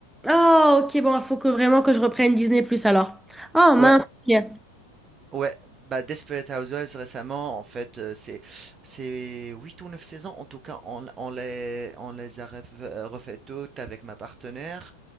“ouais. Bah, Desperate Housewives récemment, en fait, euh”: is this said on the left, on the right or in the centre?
Right